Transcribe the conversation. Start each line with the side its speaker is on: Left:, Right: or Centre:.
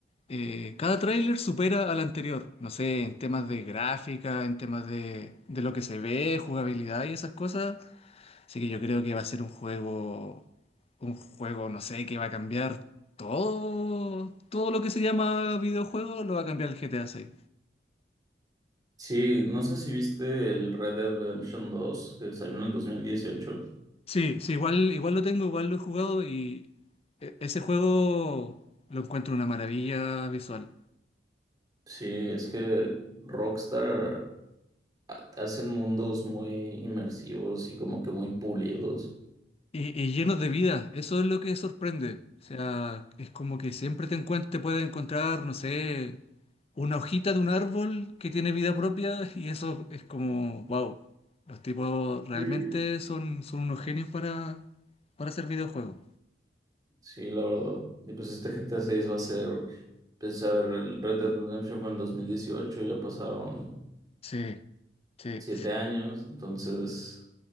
Left: eh, cada tráiler supera al anterior. No sé, en temas de gráfica, en temas de, de lo que se ve, jugabilidad y esas cosas. Así que yo creo que va a ser un juego, un juego, no sé, que va a cambiar todo, todo lo que se llama videojuego, lo va a cambiar el GTA 6.
Right: Sí, no sé si viste el Red Dead Redemption 2, que salió en el 2018.
Left: Sí, sí, igual, igual lo tengo, igual lo he jugado y e- ese juego lo encuentro una maravilla visual.
Right: Sí, es que Rockstar ha- hacen mundos muy inmersivos y como que muy pulidos.
Left: Y, y llenos de vida, eso es lo que sorprende. O sea, es como que siempre te encuent- te puedes encontrar, no sé, una hojita de un árbol que tiene vida propia y eso es como, wow, los tipos realmente
Right: Sí.
Left: son, son unos genios para, para hacer videojuegos.
Right: Sí, la verdad. Y pues este GTA 6 va a ser, pues a ver, el Red Dead Redemption fue en 2018, ya pasaron
Left: Sí, sí.
Right: siete años, entonces